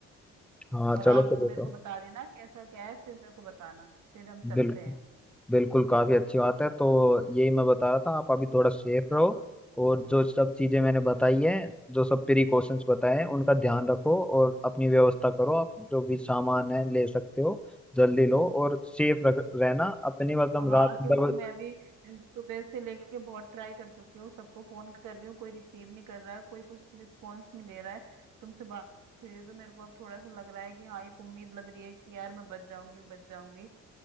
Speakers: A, in the centre; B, on the right.
A: हाँ
B: और
A: चलो
B: आप
A: फिर वो
B: मेरे
A: तो
B: को बता देना कैसा क्या है फिर मेरे को बताना फिर हम चलते
A: बिल्कुल
B: हैं
A: बिल्कुल काफी अच्छी बात है तो यही मैं बता रहा था आप अभी थोड़ा सेफ रहो और जो सब चीजें मैंने बताई है जो सब प्रिकॉशंस बताए हैं उनका ध्यान रखो और अपनी व्यवस्था करो आप जो भी सामान है ले सकते हो जल्दी लो और सेफ रख रहना अपनी मतलब
B: हाँ
A: रात
B: क्योंकि
A: दब
B: मैं भी सुबह से लेके बहुत ट्राई कर चुकी हूँ सबको फोन कर रही हूँ कोई रिसीव नहीं कर रहा है कोई कुछ रिस्पॉन्स नहीं दे रहा है तुमसे बात हुई है तो मेरे को अब थोड़ा सा लग रहा है कि हाँ एक उम्मीद लग रही है कि यार मैं बच जाऊंगी बच जाऊंगी